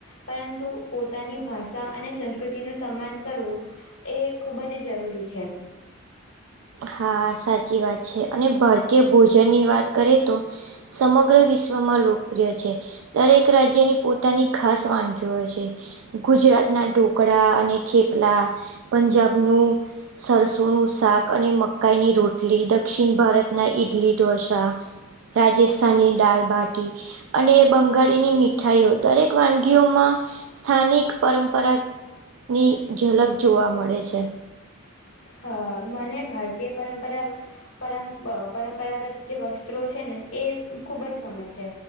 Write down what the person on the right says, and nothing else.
હા સાચી વાત છે અને ભારતીય ભોજનની વાત કરે તો. સમગ્ર વિશ્વમાં લોકપ્રિય છે. દરેક રાજ્યની પોતાની ઘાસ વાનગીઓ હોય છે. ગુજરાતના ઢોકળા અને થેપલા પંજાબનું સરસોનું શાક અને મ. કઈની રોટલી દક્ષિણ ભારતના ઈડલી ઢોસા. રાજસ્થની દાલબાટી. અને બંગાળીની મીઠાઈઓ દરેક વાનગીઓમાં સ્થાનિક પરંપરાની ઝલક જોવા મળે છે.